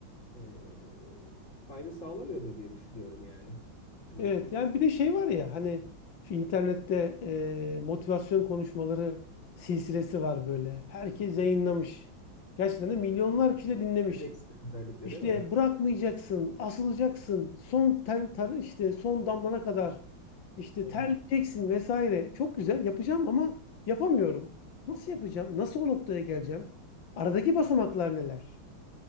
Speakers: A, on the left; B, on the left.
A: e, fayda sağlamıyordur diye düşünüyorum yani. Hani
B: Evet
A: bir insan
B: yani bir de şey var ya hani şu internette e, motivasyon konuşmaları silsilesi var böyle. Herkes yayınlamış. Gerçekten de milyonlar kişi de dinlemiş.
A: TEDx'te özellikle
B: İşte
A: değil mi?
B: bırakmayacaksın, asılacaksın, son ter, ter- işte son damlana kadar işte
A: Evet,
B: terleyeceksin vesaire. Çok güzel yapacağım ama yapamıyorum. Nasıl yapacağım? Nasıl o noktaya geleceğim? Aradaki basamaklar neler?